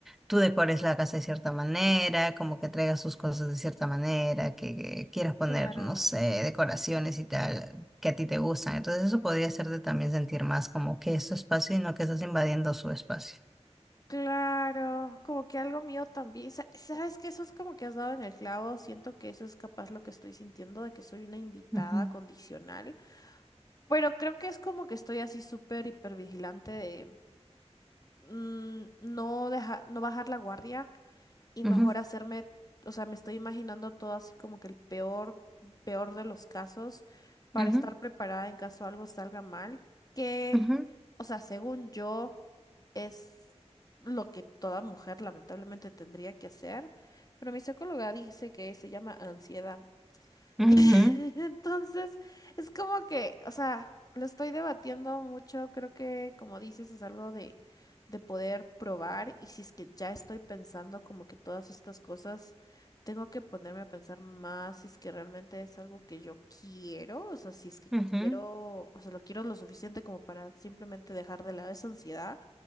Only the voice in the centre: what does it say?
tú decores la casa de cierta manera, como que traigas sus cosas de cierta manera, que, que quieras poner,
no sé, decoraciones y tal, que a ti te gustan. Entonces eso podría hacerte también sentir más como que es tu espacio y no que estás invadiendo su espacio.
Ujú,
ujú,
ujú,
ujú,
ujú,
ujú,